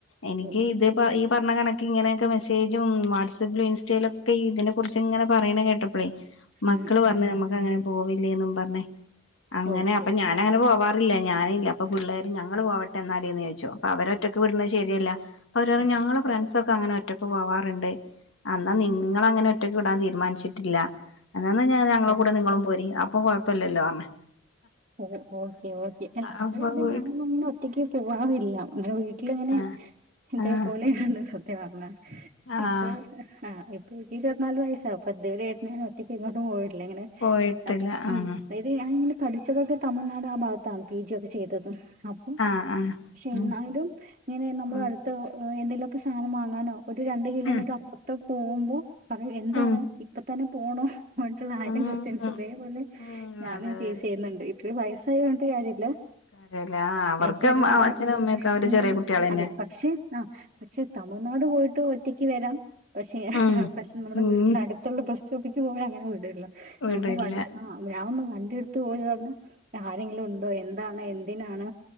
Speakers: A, on the left; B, on the right.
A: എനിക്ക്
B: ഓ ഓക്കെ
A: ഇത് ഈ പറഞ്ഞ കണ ഇങ്ങനെയൊക്കെ മെസേജും വാട്സപ്പിലും ഇൻസ്റ്റയിലൊക്കെ ഇതിനെ കുറിച്ച് ഇങ്ങനെ പറയണേ കേട്ടപ്പഴേ മക്കള്
B: ഉം
A: പറഞ്ഞ്
B: ഉം
A: നമ്മുക്ക് അങ്ങനെ പോവ അല്ലേന്നും പറഞ്ഞേ അങ്ങനെ
B: ഓ
A: അപ്പോ
B: ഓ
A: ഞാന അങ്ങനെ പോവാ <unintelligible> ഞാനില്ല അപ്പോ പിള്ളേര് ഞങ്ങള് പോട്ടെ എന്നാലീന്ന് ചോദിച്ച് അപ്പോ അവരൊറ്റൊക്ക്‌ വിട്ണത് ശെരി അല്ല അപ്പോ പറയും
B: അതെ
A: ഞങ്ങള് ഫ്രൻസ് <unintelligible> ഒക്കെ അങ്ങനെ ഒറ്റക്ക് പോവാറുണ്ടെ അന്നാ നിങ്ങളങ്ങനെ ഒറ്റ <unintelligible> വിടാൻ തീരുമാനിച്ചിട്ടില്ല <unintelligible> ഞങ്ങളുടെ
B: ഉം
A: കൂടെ നിങ്ങളും പോ അപ് അപ്പ കുഴപ്പമല്ലോ <unintelligible>
B: ഓ ഓക്കെ <unintelligible>
A: അപ്പൊ വീട്
B: ഞാൻ ഒറ്റക്ക് പോകറില്ല ന്നെ വീ ട്ടിലിങ്ങനെ
A: ആഹ്
B: ഇതേപോലെയാന്ന്
A: ആഹ്
B: സത്യമ <unintelligible>
A: ആഹ്
B: ഇപ്പൊ ആ ഇപ്പൊഴുത്ത <unintelligible> ഇരുപതിനാല് വയസ്സാവും അപ്പൊ ഇത് രെയും ഏട്ടൻ ങ്ങനെ ഒറ്റയ്ക്ക് എങ്ങോട്ടും പോയി <unintelligible>
A: പോയിട്ടില്ല
B: അത്
A: ആഹ്
B: മ് അതായത് ഞാനിങ്ങ <unintelligible> തമിഴ്നാട് ആ ഭാഗത്താണ് പി ജി ഒക്കെ ചെയ്തതും അപ്പൊ
A: ആഹ് ആഹ്
B: ക്ഷെ
A: ഉം
B: എന്നാലും ഇങ്ങനെ നമ്മള്
A: ഉം
B: അടുത്ത എന്തെലു ഓക്കെ സാനം വാങ്ങാനോ ഒരു രണ്ട് കിലോമീറ്റർ
A: ഉം
B: അപ്പറത്ത് പോവുമ്പോ പറയൂ എന്താണ്
A: ഉം
B: ഇപ്പ തന്നെ പോണോ വൺ റ്റുള്ളാ
A: ഉം
B: ആയിരം ക്വസ്റ്റ്യൻസ് ഇതേപോലെ
A: ഉം
B: ഞാന്
A: അത്
B: ഫേസ്
A: വരും
B: ചെയ്യുന്നുണ്ട് ഇപ്പോഴ് വയസ്സായത് കൊണ്ട് കാര്യല്ലാ
A: കാര്യല്ലേ ആഹ് അവർക്ക്
B: എനിക്കാരു കുടെ
A: അച്ഛനും അമ്മയൊക്കെ അവര്
B: ഇണ്ട്
A: ചെറിയ കുട്ടികളന്നെ
B: അതെ പക്ഷെ ആ പക്ഷെ തമിഴ്നാട് പോയിട്ട് ട്ടു ഒറ്റക്ക് വരാം പക്ഷെ
A: ആഹ്
B: പക്ഷെ നമ്മുടെ
A: ഉം
B: വീട്ടില് അടുത്തൊള്ള പ്രശ് ഡ്യൂട്ടിക്ക് പോവേ അങ്ങനെ വിടില്ല
A: ഇവിടെ
B: ഞാ ഒന്ന്
A: ഇല്ല
B: വണ്ട് ആ ഞ ഒന്ന് വണ്ടിയെട് ത്ത് പോയി പറഞ് താരെങ്കിലും ഉണ്ടോ എന്താണ് എന്തിനാണ്